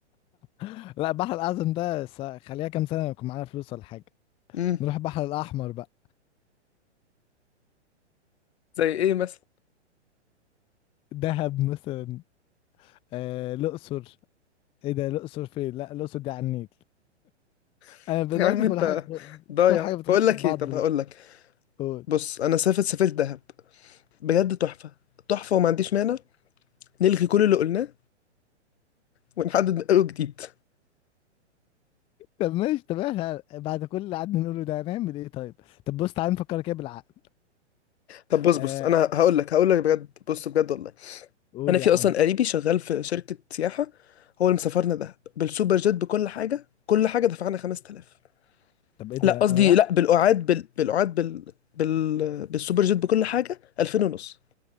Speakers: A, on the left; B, on the left.
A: <laughs> لا البحر الاعظم ده س... خليها كام سنه يكون معانا فلوس ولا حاجه
B: امم
A: نروح البحر الاحمر بقى
B: زي ايه مثلا
A: دهب مثلا آه... الاقصر ايه ده الاقصر فين لا الاقصر دي على النيل
B: <laughs>
A: انا بدات
B: يا عم
A: كل
B: انت
A: حاجه
B: ضايع
A: كل حاجه بتخش
B: بقول لك
A: في بعض
B: ايه طب هقول لك
A: دلوقتي
B: بص انا سافرت سافرت دهب بجد تحفة تحفة وما عنديش مانع نلغي كل اللي قلناه ونحدد من اول جديد
A: طب ماشي طب احنا بعد كل اللي قعدنا نقوله ده هنعمل ايه طيب طب بص تعالى نفكر كده بالعقل
B: طب بص
A: آه
B: بص انا هقول لك هقول لك بجد بص بجد والله
A: قول
B: انا في
A: يا عم
B: اصلا قريبي شغال في شركة سياحة هو اللي مسافرنا دهب بالسوبر جيت بكل حاجة كل حاجة دفعنا 5000
A: طب ايه ده
B: لا قصدي
A: انا رايح
B: لا بالقعاد بال... بالقعاد بال... بال... بالسوبر جيت بكل حاجة 2000 ونص